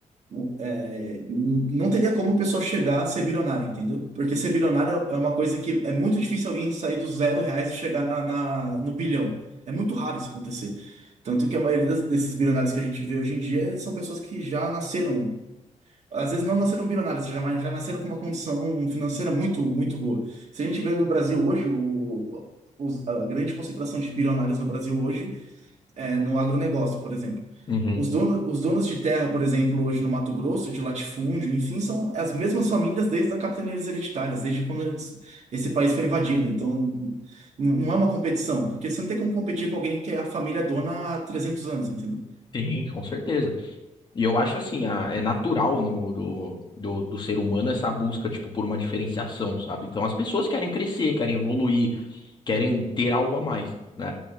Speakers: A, on the right; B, on the left.
A: o- é, não teria como o pessoal chegar a ser bilionário, entendeu? Porque ser bilionário é uma coisa que é muito difícil alguém sair dos zero reais e chegar na, na- no bilhão. É muito raro isso acontecer. Tanto que a maioria das- desses bilionários que a gente vê hoje em dia são pessoas que já nasceram, às vezes não nasceram bilionários, já, mas já nasceram com uma condição financeira muito, muito boa. Se a gente vê no Brasil hoje, o, os- a grande concentração de bilionários no Brasil hoje é, no agronegócio, por exemplo.
B: Uhum,
A: Os donos, os donos de terra, por exemplo, hoje no Mato Grosso, de latifúndio, enfim, são as mesmas famílias desde as capitanias hereditárias, desde quando eles- esse país foi invadido. Então, n- não é uma competição, porque você não tem como competir com alguém que é a família dona há 300 anos, entendeu?
B: sim, com certeza. E eu acho assim, a- é natural no, do, do, do ser humano essa busca, tipo, por uma diferenciação, sabe? Então as pessoas querem crescer, querem evoluir, querem ter algo a mais, né?